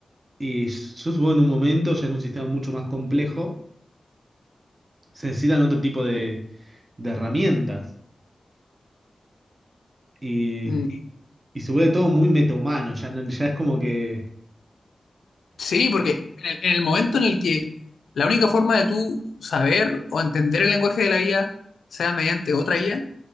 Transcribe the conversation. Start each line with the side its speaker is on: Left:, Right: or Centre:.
Right: y yo supongo en un momento, ya en un sistema mucho más complejo, se necesitan otro tipo de, de herramientas. Y,
Left: Mm.
Right: y se vuelve todo muy metahumano, ya, no- ya es como que...
Left: Sí, porque en el, en el momento en el que la única forma de tú saber o entender el lenguaje de la IA sea mediante otra IA,